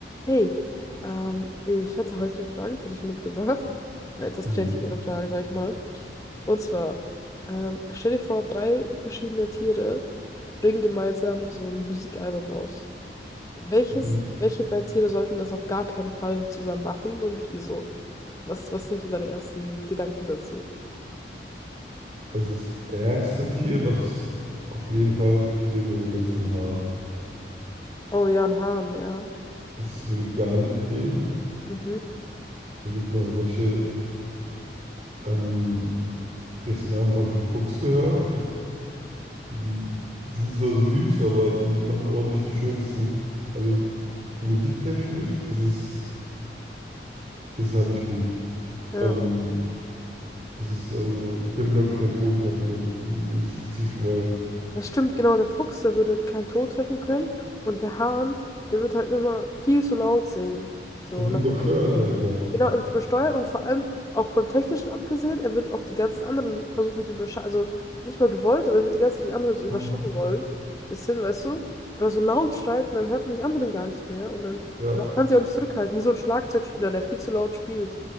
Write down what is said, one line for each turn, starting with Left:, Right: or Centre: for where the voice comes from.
Left: Hey, ähm, ich hätte heute eine Frage für dich mitgebracht. Eine etwas
Right: Mhm.
Left: kreativere Frage, sag ich mal. Und zwar, ähm, stell dir vor, drei verschiedene Tiere bringen gemeinsam so ein Musikalbum raus. Welches,
Right: Mhm.
Left: welche drei Tiere sollten das auf gar keinen Fall zusammen machen und wieso? Was, was sind so deine ersten Gedanken dazu?
Right: Also das erste Tier, was auf jeden Fall ein Problem wäre, glaube ich, so ein Hahn.
Left: Oh ja, ein Hahn, ja.
Right: Das würde gar nicht gehen.
Left: Mhm.
Right: Ich überlege noch, welche. Ähm, gestern Abend habe ich einen Fuchs gehört. <laughs> Die, die sind zwar süß, aber die machen auch nicht die schönsten. Also musiktechnisch ist es, ist es halt nicht gut.
Left: Ja,
Right: Ähm, es ist also, die können, glaube ich, keinen Ton treffen, wenn, den sie spezifisch wollen.
Left: Das stimmt, genau, der Fuchs, der würde keinen Ton treffen können und der Hahn, der wird halt immer viel zu laut singen. So,
Right: Dann wird
Left: ne?
Right: übersteuern einfach.
Left: Genau, er wird übersteuert und vor allem auch vom Technischen abgesehen, er wird auch die ganzen anderen versuchen zu überschatten, also nicht mal gewollt, aber er wird die ganze Zeit die anderen so überschatten
Right: Mhm.
Left: wollen. Bisschen, weißt du? Weil er so laut schreit und dann hört man die anderen gar nicht mehr und dann
Right: Ja.
Left: man kann sie auch nicht zurückhalten, wie so ein Schlagzeugspieler, der viel zu laut spielt.